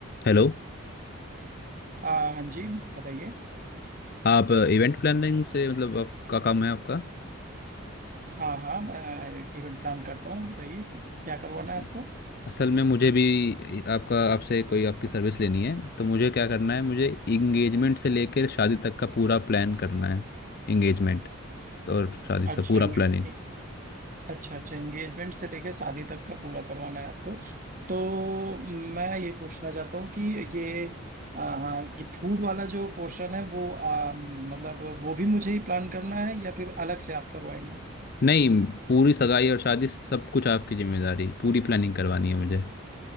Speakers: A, on the left (about 45°); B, on the right (about 40°).
A: Hello
B: आ, हाँ जी बताइए
A: आप event planning से मतलब आपका काम है आपका
B: हाँ हाँ मैं इवेंट प्लान करता हूँ बताइए कि क्या करवाना
A: अस-
B: है आपको
A: असल में मुझे भी आपका आपसे कोई आपकी सर्विस लेनी है तो मुझे क्या करना है मुझे इंगेजमेंट से लेकर शादी तक का पूरा प्लान करना है इंगेजमेंट तो और शादी से
B: अच्छा
A: पूरा
B: एंगे-
A: प्लानिंग
B: अच्छा अच्छा एंगेजमेंट से लेके शादी तक का पूरा करवाना है आपको तो मैं ये पूछना चाहता हूँ कि ये आ, हाँ ये फूड वाला जो पोर्शन है वो आ, मतलब वो भी मुझे ही प्लान करना है या फिर अलग से आप करवाएंगे
A: नहीं पूरी सगाई और शादी सब कुछ आपकी जिम्मेदारी पूरी प्लानिंग करवानी है मुझे